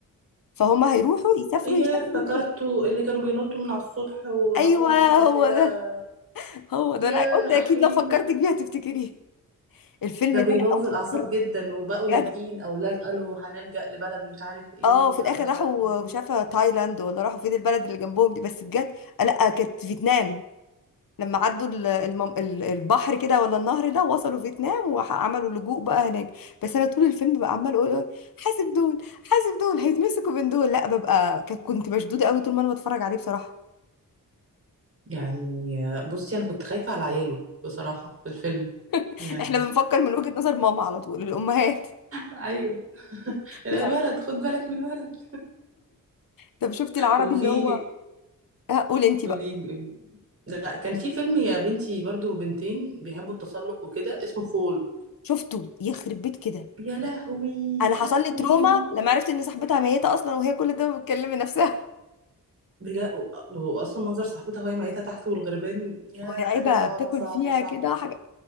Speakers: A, on the left; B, on the right.
A: فهم هيروحوا يسافروا
B: يا
A: يشتغلوا
B: افتكرته
A: هناك
B: اللي كانوا بينطوا من على السطح وراحوا
A: ايوه
B: حتة
A: هو
B: كده
A: ده هو ده
B: يا
A: انا قلت اكيد
B: أخي
A: لو فكرتك بيه هتفتكريه الفيلم
B: ده بيبوظ
A: ده انا اول
B: الأعصاب
A: مره
B: جدا وبقوا
A: بجد
B: لاجئين أو لا- قالوا هنلجأ لبلد مش عارف إيه
A: اه في الاخر
B: علشان
A: راحوا مش عارفه تايلاند ولا راحوا فين البلد اللي جنبهم دي بس بجد آه، لا كانت فيتنام لما عدوا ال- المم... ال- البحر كده ولا النهر ده وصلوا فيتنام وعملوا لجوء بقى هناك بس انا طول الفيلم بقى عمال اقول حاسب دول حاسب دول هيتمسكوا من دول لا ببقى ك- كنت مشدوده قوي طول ما انا بتفرج عليه بصراحه
B: يعني بصي أنا كنت خايفة على عياله بصراحة في الفيلم
A: <laughs>
B: يعني
A: احنا بنفكر من وجهة نظر ماما على طول الامهات
B: ايوه <laughs>
A: <laughs>
B: الولد
A: لا لا
B: خد بالك من الولد
A: طب شفتي العربي
B: وفي
A: اللي هو آه، قولي انت
B: قولي
A: بقى
B: لي قولي لي. لا كان في فيلم يا بنتي برضو بنتين بيحبوا التسلق وكده اسمه فول
A: شفته يخرب بيت كده
B: يا لهوي
A: انا
B: يا
A: حصل
B: لهوي
A: لي تروما لما عرفت ان صاحبتها ميته اصلا وهي كل ده بتكلم نفسها
B: بجد واصلا منظر صاحبتها وهي ميتة تحت والغربان يا
A: مرعبة
B: حاجة صعبة
A: بتاكل
B: صعبة
A: فيها
B: صعبة
A: كده حاجة